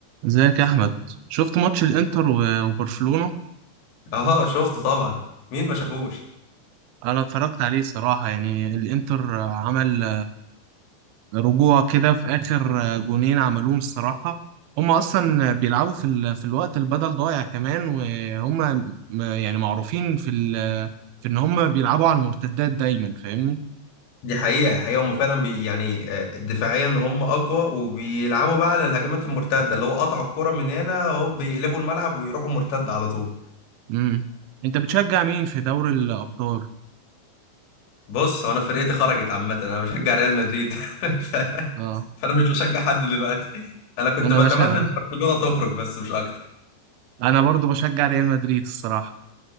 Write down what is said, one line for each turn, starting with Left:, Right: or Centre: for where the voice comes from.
Right: ازيك يا احمد شفت ماتش الانتر و- وبرشلونة
Left: اه شفته طبعا مين ما شافوش
Right: انا اتفرجت عليه صراحة يعني الانتر عمل رجوع كده في اخر جونين عملوهم الصراحة هم اصلا بيلعبوا في ال... في الوقت البدل ضايع كمان وهم م- يعني معروفين في ال... في ان هم بيلعبوا على المرتدات دايما فاهمني
Left: دي حقيقة حقيقة هم فعلا بي يعني آه، دفاعيا هم أقوى وبيلعبوا بقى على الهجمات المرتدة اللي هو قطعوا الكرة من هنا هوب بيقلبوا الملعب ويروحوا مرتد على طول
Right: امم انت بتشجع مين في دوري الابطال
Left: بص هو أنا فرقتي خرجت عامة أنا بشجع ريال مدريد <laughs> ف-
Right: اه
Left: فأنا مش بشجع حد دلوقتي أنا كنت
Right: انا
Left: بتمنى
Right: بشجع
Left: إن برشلونة تخرج بس مش أكتر
Right: انا برضو بشجع ريال مدريد الصراحة